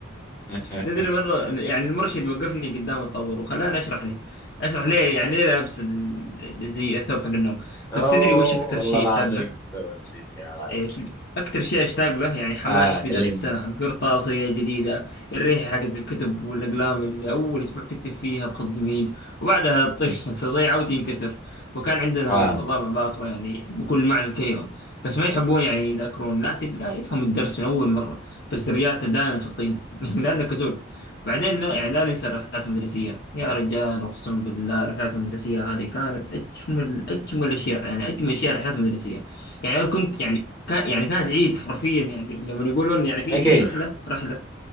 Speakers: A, on the left (about 15°); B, on the left (about 55°).
A: <laughs>
B: تدري مرة يعني المرشد وقفني قدام الطابور وخلاني اشرح له اشرح ليه يعني ليه لابس ال- زي الثوب حق النوم
A: اوه
B: بس تدري وش اكثر
A: والله
B: شيء
A: العظيم
B: اشتاق له؟
A: إيش سوت فيك يا راجل
B: إيه، أكتر شيء أشتاق له يعني حماس
A: اه كلمني
B: بداية السنة القرطاسية جديدة الريحة حقت الكتب والأقلام اللي أول أسبوع تكتب فيها بخط جميل وبعدها تطيح <laughs> تضيع وتنكسر وكان عندنا
A: فاهم
B: طلاب عباقرة يعني بكل معنى الكلمة بس ما يحبون يعني يذاكرون لا تلقاه يفهم الدرس من أول مرة بس درجاته دائما في الطين <laughs> لأنه كسول بعدين لا يعني لا ننسى الرحلات المدرسية يا رجال أقسم بالله الرحلات المدرسية هذه كانت أجمل أجمل أشياء يعني أجمل أشياء الرحلات المدرسية يعني أنا كنت يعني كان يعني كانت عيد حرفيا يعني لما يقولون يعني في
A: اكيد
B: في رحله رحله